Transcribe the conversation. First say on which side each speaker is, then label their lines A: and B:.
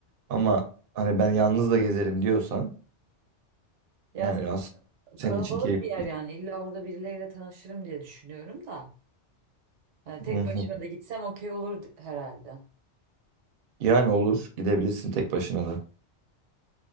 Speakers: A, on the right; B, on the right.
A: Ama hani ben yalnız da gezerim diyorsan
B: Ya
A: yani
B: z-
A: aslında senin
B: kalabalık
A: için keyifli.
B: bir yer yani illa orada birileriyle tanışırım diye düşünüyorum da. Hani tek
A: Hı hı.
B: başıma da gitsem okey olur d- herhalde.
A: Yani olur gidebilirsin tek başına da.